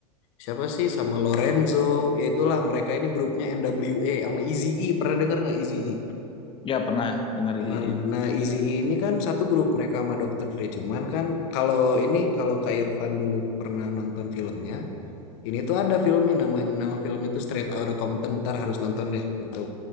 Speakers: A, on the left (about 50°); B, on the left (about 25°).
A: siapa sih? Sama Lorenzo. Ya itulah mereka ini grupnya NWA sama Eazy-E. Pernah dengar nggak Eazy-E?
B: Ya pernah dengar IJI.
A: Nah, nah Izzy ini kan satu grup mereka sama Dokter Dre. Cuman kan kalau ini kalau Kak Irfan dulu pernah nonton filmnya, ini tuh ada filmnya namanya nama filmnya itu Straight Outta Compton. Ntar harus nonton deh untuk